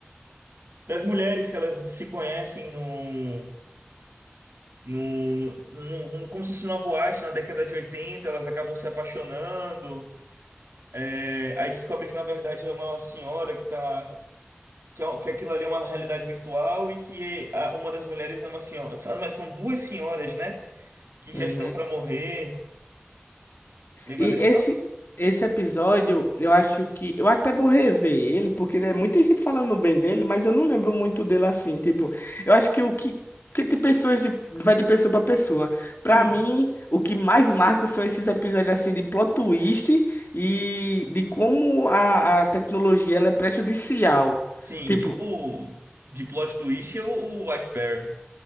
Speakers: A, on the right; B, on the left.
A: das mulheres que elas se conhecem num, num, num- num- como se fosse numa boate na década de oitenta elas acabam se apaixonando, é, aí descobre que na verdade é uma senhora que tá, que, é- um, que aquilo ali é uma realidade virtual e que a- uma das mulheres é uma senhora, são mas são duas senhoras, né, que já
B: uhum.
A: estão pra morrer, lembra
B: E
A: desse?
B: esse,
A: Ah,
B: esse episódio, eu acho que. Eu até vou rever ele, porque é muita gente falando bem dele, mas eu não lembro muito dele assim. Tipo, eu acho que o que. Porque tem pessoas de. Vai de pessoa pra pessoa.
A: sim,
B: Pra mim, o que mais marca são esses episódios assim de plot twist e de como a, a tecnologia ela é prejudicial.
A: sim,
B: Tipo.
A: tipo, de plot twist é o, o White Bear,